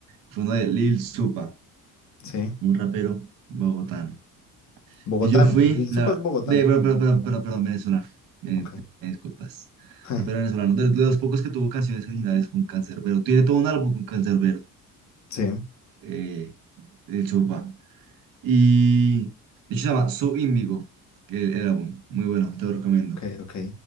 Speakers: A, on the right; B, on the left.
A: fue uno de Lil Supa,
B: sí.
A: un rapero bogotano.
B: Bogotano.
A: Y yo fui,
B: El Supa
A: la,
B: es bogotano.
A: de, pero, pero, pero, pero, perdón, venezolano. Eh,
B: Ok.
A: eh, disculpas.
B: <laughs>
A: Rapero venezolano, de, de los pocos que tuvo canciones originales con Canserbero. Tiene todo un álbum con Canserbero.
B: Sí,
A: eh, el Chupa. Y de hecho se llama Sub Índigo, que el, el álbum. Muy bueno, te lo recomiendo.
B: ok, ok.